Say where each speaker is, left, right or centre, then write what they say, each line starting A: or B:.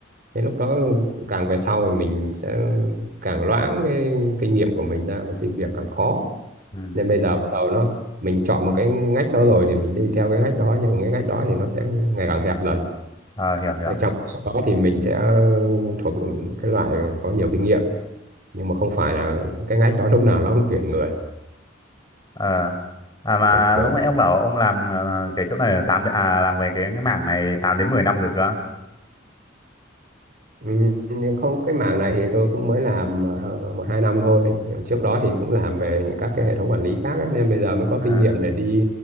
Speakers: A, on the right; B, on the left.
A: thế lúc đó càng về sau thì mình sẽ càng loãng cái kinh nghiệm của mình ra và xin việc càng khó
B: ừ.
A: nên bây giờ bắt đầu nó mình chọn một cái ngách đó rồi thì mình đi theo cái ngách đó nhưng cái ngách đó thì nó sẽ ngày càng hẹp dần
B: à, hiểu hiểu
A: cái trong đó thì mình sẽ thuộc cái loại mà có nhiều kinh nghiệm nhưng mà không phải là cái ngách đó lúc nào nó cũng tuyển người
B: ờ à mà
A: kiểu kiểu
B: lúc
A: vậy
B: nãy ông bảo ông làm ờ, cái chỗ này là tám à làm về cái, cái mảng này 8 đến 10 năm rồi cơ à,
A: Ừ, nhưng không cái mảng này thì tôi cũng mới làm ờ, một hai năm thôi Nhưng trước đó thì cũng làm về những các cái hệ thống quản lý khác ấy, nên bây giờ mới có
B: ờ,
A: kinh nghiệm để đi